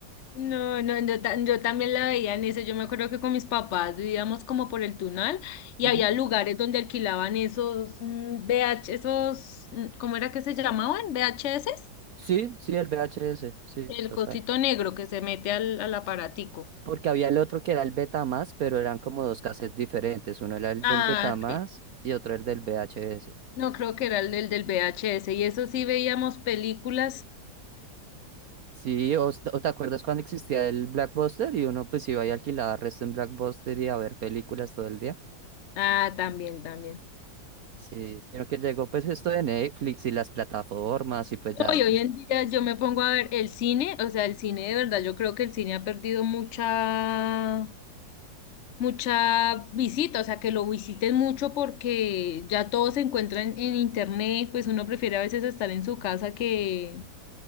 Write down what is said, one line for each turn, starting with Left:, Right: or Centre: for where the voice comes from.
Left: No, no, yo, ta- yo también la veía en eso. Yo me acuerdo que con mis papás vivíamos como por el Tunal y
Right: Ujú.
Left: había lugares donde alquilaban esos mm, V H esos, mm, ¿cómo era que se llamaban? V H S
Right: Sí, sí, el V H VHS, sí,
Left: el
Right: total.
Left: cosito negro que se mete al, al aparatico.
Right: Porque había el otro que era el Betamax, pero eran como dos cassettes diferentes. Uno era el
Left: Ah,
Right: del Betamax
Left: ok.
Right: y otro el del V H VHS.
Left: no creo que era el del, del V H S y eso sí veíamos películas.
Right: Sí, o, s- o te acuerdas cuando existía el Blackbuster y uno pues iba y alquilaba resto en Blackbuster y a ver películas todo el día.
Left: Ah, también, también.
Right: Sí, sino que llegó pues esto de Netflix y las plataformas y pues ya,
Left: Hoy,
Right: pues
Left: hoy en día yo me pongo a ver el cine, o sea, el cine de verdad, yo creo que el cine ha perdido mucha, mucha visita, o sea, que lo visiten mucho porque ya todo se encuentra en, en internet, pues uno prefiere a veces estar en su casa que,